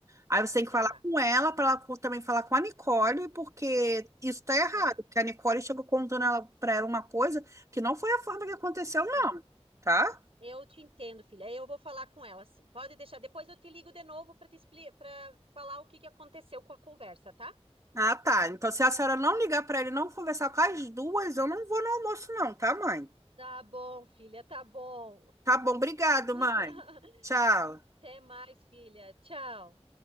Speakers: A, on the right; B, on the right.
A: Aí você tem que
B: tá,
A: falar com ela, para ela co- também falar com a Nicole, porque isso tá errado.
B: tá.
A: Porque a Nicole chegou contando ela, pra ela uma coisa que não foi a forma que aconteceu,
B: Sim.
A: não, tá?
B: Eu te entendo, filha. Eu vou falar com ela, sim. Pode deixar. Depois eu te ligo de novo para te explicar, para falar o que que aconteceu com a conversa, tá?
A: Ah, tá. Então, se a senhora não ligar pra ele, e não conversar com as duas, eu não vou no almoço, não, tá, mãe?
B: Tá bom, filha, tá bom.
A: Tá bom, obrigado,
B: <laughs>
A: mãe. Tchau.
B: Até mais, filha. Tchau.